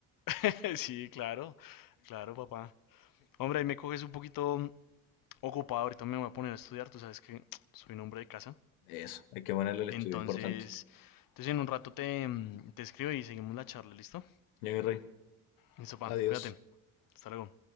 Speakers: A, on the left; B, on the left.
A: <laughs> Sí, claro, claro, papá. Hombre, ahí me coges un poquito mm, ocupado, ahorita me voy a poner a estudiar, tú sabes que <tsk> soy un hombre de casa.
B: Eso, hay que ponerle el estudio,
A: Entonces,
B: importante.
A: entonces en un rato te, mm, te escribo y seguimos la charla, ¿listo?
B: Johnny Rey,
A: Listo, papá,
B: adiós.
A: cuídate, hasta luego.